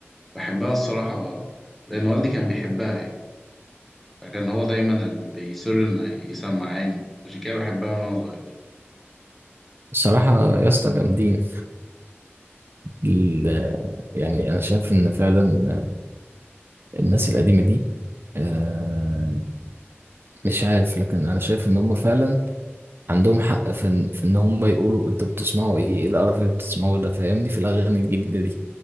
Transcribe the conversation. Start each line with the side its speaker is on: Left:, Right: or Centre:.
Centre: بحبها الصراحة لأن والدي كان بيحبها يعني فكان هو دايما اللي بيصر إنه يسمعاني عشان كده بحبها من وأنا صغير
Right: الصراحة يا اسطى جامدين ال- يعني أنا شايف إن فعلا الناس القديمة دي آه، مش عارف لكن أنا شايف إن هم فعلا عندهم حق في إن في إن هم يقولوا أنتوا بتسمعوا إيه إيه القرف اللي بتسمعوه ده فاهمني في الأغاني الجديدة دي